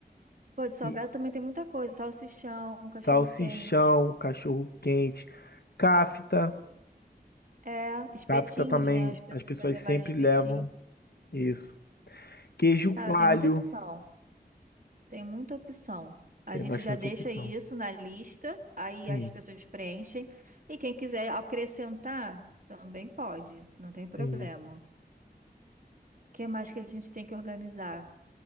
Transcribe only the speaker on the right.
Pô, de salgado
também tem muita coisa. Salsichão, cachorro-quente.
É, espetinhos,
né? As pessoas
podem levar
espetinhos.
Cara,
tem muita opção. Tem muita opção. A
gente
já deixa
isso na lista, aí
as pessoas preenchem. E quem quiser acrescentar, também pode, não tem problema.
O que mais que a gente tem que organizar?